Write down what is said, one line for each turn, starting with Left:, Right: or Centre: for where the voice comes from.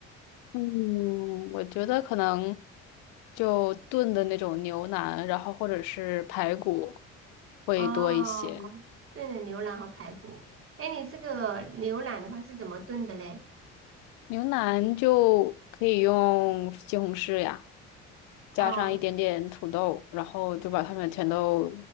Left: 嗯，我觉得可能就炖的那种牛腩，然后或者是排骨会多一些。
Right: 哦。炖的牛腩和排骨。哎，你这个牛腩的话是怎么炖的嘞？
Left: 牛腩就可以用西红柿呀，加上一点点土豆，
Right: 哦
Left: 然后就把它们全都